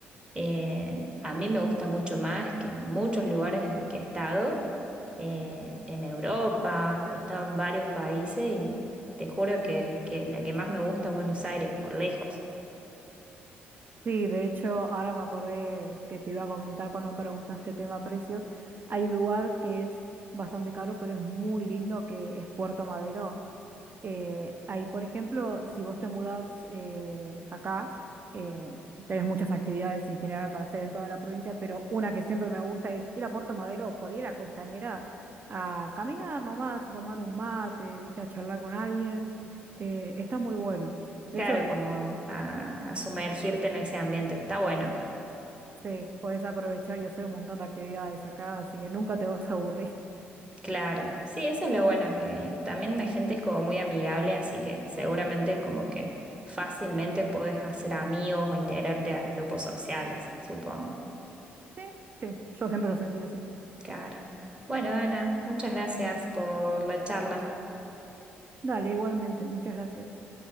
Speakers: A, on the right; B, on the right.
A: Eh, a mí me gusta mucho más que muchos lugares en los que he estado, eh, en Europa, he estado en varios países y te juro que, que la que más me gusta es Buenos Aires, por lejos.
B: Sí, de hecho, ahora me acordé que te iba a comentar cuando me preguntaste tema precios. Hay un lugar que es bastante caro, pero es muy lindo, que es Puerto Madero. Eh, ahí, por ejemplo, si vos te mudás eh, acá, eh, tenés muchas actividades en general para hacer en toda la provincia, pero una que siempre me gusta es ir a Puerto Madero, por ahí a la costanera, a caminar nomás, a tomar un mate, viste, a charlar con alguien. Eh, está muy bueno. De
A: Claro,
B: hecho,
A: como a, a sumergirte en ese ambiente, está bueno.
B: Sí, puedes aprovechar y hacer un montón de actividades acá, así que nunca te vas a aburrir.
A: Claro, sí, eso es lo bueno, que también la gente es como muy amigable, así que seguramente como que fácilmente podés hacer amigos o integrarte a grupos sociales, supongo.
B: Sí, sí, yo siempre lo sentí así.
A: Claro. Bueno, Ana, muchas gracias por la charla.
B: Dale, igualmente, muchas gracias.